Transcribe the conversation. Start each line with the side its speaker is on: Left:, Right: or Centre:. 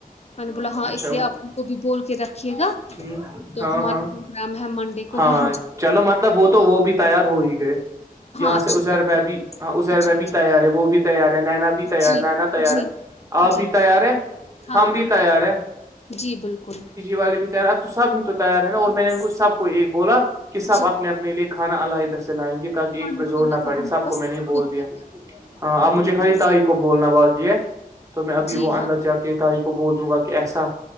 Left: میں نے بولا ہاں
Right: اچھا
Left: اس لیے آپ ہم کو بھی بول کے رکھیے گا
Right: ہ
Left: تو
Right: ہاں
Left: ہمارا
Right: ہاں
Left: نام ہے منڈے کو
Right: ہاں
Left: ہی ہم ج
Right: چلو مطلب وہ تو وہ بھی تیار ہوئی گی یہاں
Left: اچھی
Right: سے ازیر
Left: بات
Right: بب
Left: ہے
Right: ہاں ازیر
Left: جی
Right: بب تیار ہے وہ بھی تیار ہے نینا بھی تیار
Left: جی
Right: نینا تیار
Left: جی
Right: ہے آپ بھی
Left: جی
Right: تیار ہیں
Left: ہاں
Right: ہم بھی تیار ہیں
Left: جی بالکل
Right: والے بھی تیار تو سب ہی تو تیار ہے نا اور
Left: بس
Right: میں نے ان کو سب کو ایک بولا کہ سب
Left: جی
Right: اپنے اپنے لے کے کھانا علاحدہ سے لائیں گے تاکہ
Left: کھانے
Right: ایک پہ زور
Left: پینے
Right: نہ
Left: کا
Right: پڑے
Left: بندوبست
Right: سب کو میں نے ہی
Left: خود
Right: بول دیا ہاں آپجھے
Left: بالکل
Right: خالی تاریخ کو بولنا باقی ہے تو میں ابھی
Left: جی
Right: وہ اندر
Left: ہاں
Right: جا کے تاری کو بول دوں گا کہ ایسا